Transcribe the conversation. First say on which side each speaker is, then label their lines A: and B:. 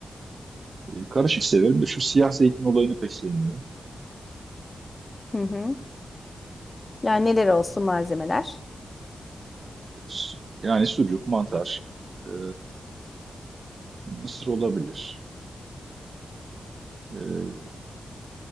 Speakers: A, on the right; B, on the left.
A: Ee, karışık severim de şu siyah zeytin olayını pek sevmiyorum.
B: Hı hı. Yani neler olsun malzemeler?
A: Su- Yani sucuk, mantar, e, mısır olabilir. E,